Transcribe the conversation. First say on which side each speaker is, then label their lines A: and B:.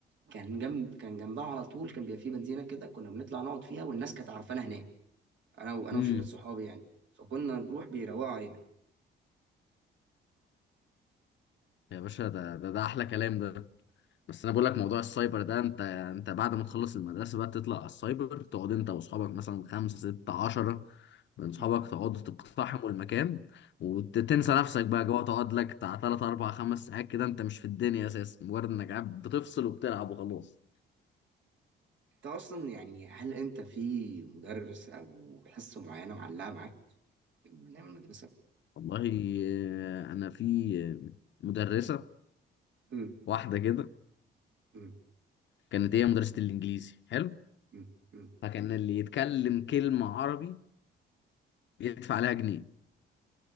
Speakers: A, on the right; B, on the left.
A: كان جنب كان جنبها على طول كان بيبقى فيه بنزينه كده كنا بنطلع نقعد فيها والناس كانت عارفانا هناك انا وانا
B: امم
A: وشله صحابي يعني فكنا نروح بيروقوا علينا
B: يا باشا ده ده, ده احلى كلام ده بس انا بقول لك موضوع السايبر ده انت انت بعد ما تخلص المدرسه بقى تطلع على السايبر تقعد انت واصحابك مثلا خمسة ستة عشرة من صحابك
A: مم.
B: تقعدوا تقتحموا المكان وتنسى نفسك بقى جوه تقعد لك بتاع تلات أربع خمس ساعات كده انت مش في الدنيا اساسا مجرد انك قاعد بتفصل وبتلعب وخلاص
A: انت اصلا يعني هل انت في مدرس او حصه معينه معلقه معاك من ايام المدرسه؟
B: والله آه، انا في آه، مدرسه
A: امم
B: واحده كده
A: امم
B: كانت هي مدرسه الانجليزي حلو
A: امم امم
B: فكان اللي يتكلم كلمه عربي يدفع عليها جنيه